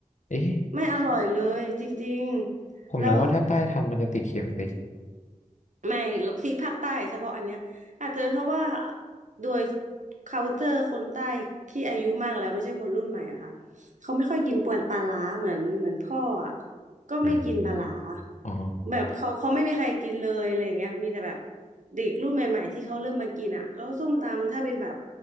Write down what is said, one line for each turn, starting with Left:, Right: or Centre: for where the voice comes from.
Left: เอ๊ะ
Right: ไม่อร่อยเลยจริงๆ
Left: ผมนึกว่าถ้าใต้ทำมันจะติดเข็มสิ
Right: แล้ว ไม่ที่ภาคใต้เฉพาะอันเนี้ยอาจจะเป็นเพราะว่าโดย culture คนใต้ที่อายุมากแล้วไม่ใช่คนรุ่นใหม่อะค่ะเขาไม่ค่อยกินปวนปลาร้าเหมือนเหมือนพ่ออะก็ไม่กินปลาร้า
Left: อืมอ๋อ
Right: แบบเขาเขาไม่มีใครกินเลยอะไรอย่างเงี้ยมีแต่แบบเด็กรุ่นใหม่ๆที่เขาเริ่มมากินอะแล้วส้มตำถ้าเป็นแบบ